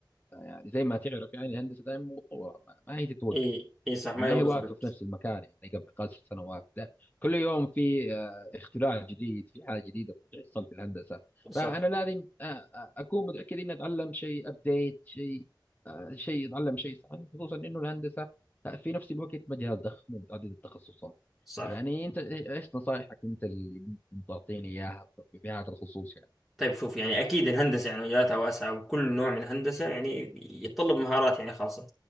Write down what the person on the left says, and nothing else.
يعني زي ما تعرف يعني الهندسة دائما متطورة ما ما هي تتوقف
أو ما
هي واقفة
في نفس المكان يعني قبل خمس سنوات ده كل يوم في آه، اختراع جديد في حاجة جديدة بتحصل في الهندسة
فأنا لازم آه، آه، أكون متأكد إني أتعلم شيء أبديت شيء آه، شيء اتعلم شيء صحيح خصوصا انه الهندسه في نفس الوقت مجال ضخم ومتعدد التخصصات
يعني انت ايش نصايحك انت اللي ممكن تعطيني اياها بهذا الخصوص يعني